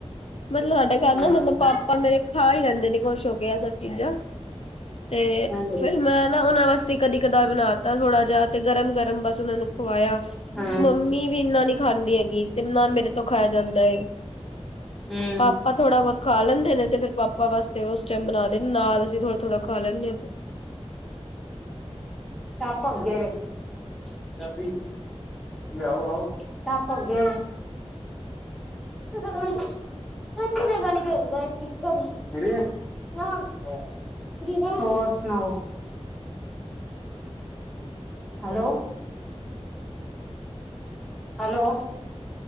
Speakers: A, on the left; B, in the centre.
A: ਮਤਲੱਬ ਸਾਡੇ ਘਰ
B: ਹਾਂ
A: ਨਾ ਮਤਲੱਬ ਪਾਪਾ ਮੇਰੇ ਖਾ ਹੀ ਲੈਂਦੇ ਨੇ ਖੁਸ਼ ਹੋ ਕੇ ਇਹ ਸਬਜ਼ੀ ਚੀਜਾਂ। ਤੇ,
B: ਹਾਂਜੀ
A: ਫਿਰ ਮੈਂ ਨਾ ਉਹਨਾਂ ਵਾਸ ਤੇ ਕਦੀ, ਕਦਾਰ ਬਣਾ ਤਾ ਥੋੜਾ ਜਿਹਾ ਤੇ ਗਰਮ, ਗਰਮ ਬਸ ਉਹਨਾ ਨੂੰ ਖਵਾਇਆ।
B: ਹਾਂ
A: ਮੰਮੀ ਵੀ ਇੰਨਾ ਨੀ ਖਾਂਦੀ ਹੈਗੀ ਤੇ ਨਾ ਮੇਰੇ ਤੋਂ ਖਾਇਆ ਜਾਂਦਾ ਹੈ।
B: ਹੂੰ
A: ਪਾਪਾ, ਥੋੜਾ ਬਹੁਤ ਖਾ ਲੈਂਦੇ ਨੇ ਫਿਰ ਪਾਪਾ ਵਾਸਤੇ ਉਸ ਟਾਈਮ ਬਣਾ ਦੇ ਨੇ ਨਾਲ ਅਸੀ ਥੋੜਾ ਥੋੜਾ ਖਾ ਲੈਂਦੇ ਹਾਂ।
B: ਟੱਪ ਅੱਗੇ ਵ <unintelligible> ਲਿਆਓ ਆਓਂ ਟੱਪ ਅਗੇ। <inaudible> <unintelligible> ਗ ਕਰ <inaudible> <unintelligible> ਹੋਰ ਸੁਣਾਓ? Hello.
A: ਠ <inaudible> <inaudible>
B: Hello,